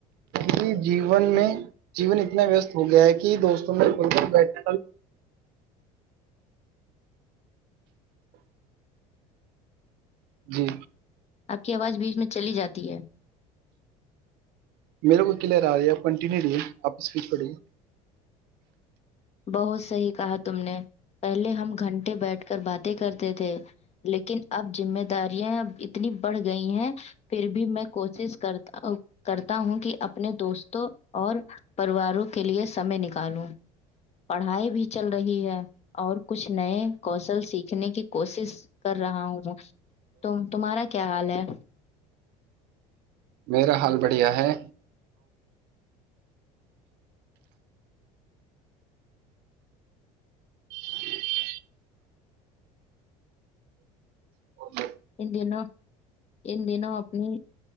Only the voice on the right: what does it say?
کہ جیون میں جیون اتنا ویستست ہو گیا ہے کہ دوستوں میں بیٹھ جی
میرے کو کلیئر آ رہی ہے آپ کنٹینیو رہی کی پڑ
میرا حال بڑھیا ہے <inaudible> <inaudible>